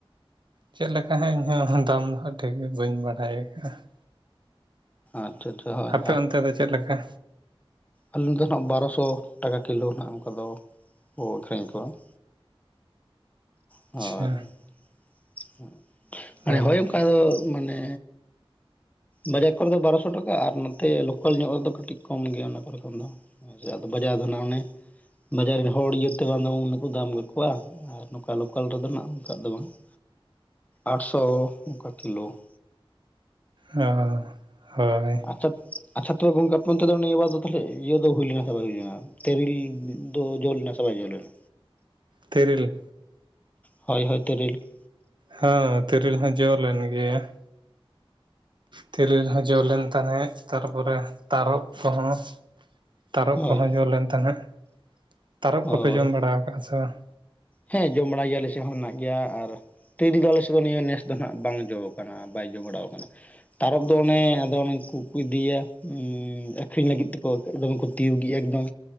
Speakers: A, on the right (about 55°); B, on the left (about 15°).
A: ᱪᱮᱫ ᱞᱮᱠᱟ ᱦᱟᱸᱜ ᱤᱧᱦᱚᱸ ᱫᱟᱢ ᱫᱚ ᱦᱟᱸᱜ ᱴᱷᱤᱠ ᱜᱮ ᱵᱟᱹᱧ ᱵᱟᱲᱟᱭ ᱟᱠᱟᱫᱟᱼᱟ ᱾
B: ᱟᱪᱪᱷᱟ ᱟᱪᱪᱷᱟ ᱦᱳᱭ
A: ᱦᱟᱯᱮ ᱚᱱᱛᱮ ᱫᱚ ᱪᱮᱫ ᱞᱮᱠᱟ?
B: ᱟᱞᱤᱧ ᱫᱚ ᱦᱟᱸᱜ ᱵᱟᱨᱚ ᱥᱚ ᱴᱟᱠᱟ ᱠᱤᱞᱚ ᱱᱟᱦᱟᱜ ᱚᱱᱠᱟ ᱫᱚ ᱠᱚ ᱟᱹᱠᱷᱨᱤᱧ ᱠᱚᱣᱟ ᱾ ᱦᱚᱭ
A: ᱟᱪᱪᱷᱟ
B: ᱦᱚᱭ ᱾ ᱦᱩᱸ ᱢᱟᱱᱮ
A: ᱦᱳᱭ
B: ᱦᱚᱭ ᱚᱱᱠᱟ ᱫᱚ ᱢᱟᱱᱮ ᱵᱟᱡᱟᱨ ᱠᱚᱨᱮ ᱫᱚ ᱵᱟᱨᱚ ᱥᱚ ᱴᱟᱠᱟ ᱟᱨ ᱱᱚᱛᱮ ᱞᱚᱠᱟᱞ ᱧᱚᱜ ᱨᱮᱫᱚ ᱠᱟᱹᱴᱤᱡ ᱠᱚᱢ ᱜᱮᱭᱟ ᱚᱱᱟ ᱠᱚᱨᱮ ᱠᱷᱚᱱ ᱫᱚ ᱾ ᱦᱮᱸᱪᱮ ᱟᱫᱚ ᱵᱟᱡᱟᱨ ᱫᱚ ᱱᱷᱟᱜ ᱚᱱᱮ ᱵᱟᱡᱟᱨ ᱨᱤᱱ ᱦᱚᱲ ᱤᱭᱟᱹᱛᱮ ᱵᱟᱝ ᱫᱚ ᱩᱱᱟᱹᱜ ᱠᱚ ᱫᱟᱢ ᱠᱟᱠᱚᱣᱟ, ᱟᱨ ᱱᱚᱝᱠᱟ ᱞᱚᱠᱟᱞ ᱨᱮᱫᱚ ᱱᱟᱦᱟᱜ ᱚᱱᱠᱟ ᱫᱚ ᱵᱟᱝ ᱾ ᱟᱴ ᱥᱚ, ᱚᱝᱠᱟ ᱠᱤᱞᱚ ᱾
A: ᱚ ᱦᱚᱭ ᱾
B: ᱟᱪᱪᱷᱟ, ᱟᱪᱪᱷᱟ ᱛᱚᱵᱮ ᱜᱚᱝᱠᱟ ᱟᱯᱮ ᱚᱱᱛᱮ ᱫᱚ ᱱᱤᱭᱟᱹ ᱫᱷᱟᱣ ᱫᱚ ᱛᱟᱦᱞᱮ ᱤᱭᱟᱹ ᱫᱚ ᱦᱩᱭ ᱞᱮᱱᱟ ᱥᱮ ᱵᱟᱝ ᱦᱩᱭ ᱞᱮᱱᱟ ᱾ ᱛᱤᱨᱤᱞ ᱫᱚ ᱡᱚ ᱞᱮᱱᱟ ᱥᱮ ᱵᱟᱭ ᱡᱚ ᱞᱮᱱᱟ?
A: ᱛᱤᱨᱤᱞ ᱾
B: ᱦᱚᱭ ᱦᱚᱭ ᱛᱮᱨᱤᱞ ᱾
A: ᱦᱚᱸ ᱛᱤᱨᱤᱞ ᱦᱚᱸ ᱡᱚ ᱞᱮᱱ ᱜᱮᱭᱟ ᱾ ᱛᱤᱨᱤᱞ ᱦᱚᱸ ᱡᱚ ᱞᱮᱱ ᱛᱟᱦᱮᱸᱜ ᱛᱟᱨ ᱯᱚᱨᱮ ᱛᱟᱨᱚᱵᱽ ᱠᱚᱦᱚᱸ᱾ ᱛᱟᱨᱚᱵᱽ
B: ᱦᱳᱭ
A: ᱠᱚᱦᱚᱸ ᱡᱚ ᱞᱮᱱ ᱛᱟᱦᱮᱸᱜ ᱛᱟᱨᱚᱵᱽ
B: ᱦᱳᱭ
A: ᱠᱚᱯᱮ ᱡᱚᱢ ᱵᱟᱲᱟᱠᱟᱜᱼᱟ ᱥᱮ ᱵᱟᱝ?
B: ᱦᱮᱸ ᱡᱚᱢ ᱵᱟᱲᱟᱭ ᱜᱮᱭᱟ ᱞᱮ, ᱟᱞᱮ ᱥᱮᱜ ᱦᱚᱸ ᱢᱮᱱᱟᱜ ᱜᱮᱭᱟ ᱟᱨ ᱛᱤᱨᱤᱞ ᱫᱚ ᱟᱞᱮᱥᱮ ᱫᱚ ᱱᱤᱭᱟᱹ ᱱᱮᱥ ᱫᱚ ᱱᱷᱟᱜ ᱵᱟᱝ ᱡᱚ ᱟᱠᱟᱱᱟ, ᱵᱟᱭ ᱡᱚ ᱵᱟᱲᱟᱣ ᱟᱠᱟᱱᱟ ᱾ ᱛᱟᱨᱚᱵᱽ ᱫᱚ ᱚᱱᱮ ᱟᱫᱚ ᱚᱱ ᱩᱱᱠᱩ ᱠᱚ ᱤᱫᱤᱭᱟ ᱩᱸ ᱟᱠᱷᱨᱤᱧ ᱞᱟᱹᱜᱤᱫ ᱛᱮᱠᱚ᱾ ᱫᱚᱢᱮ ᱠᱚ ᱛᱤᱭᱩᱜ ᱜᱮᱭᱟ ᱮᱠᱫᱚᱢ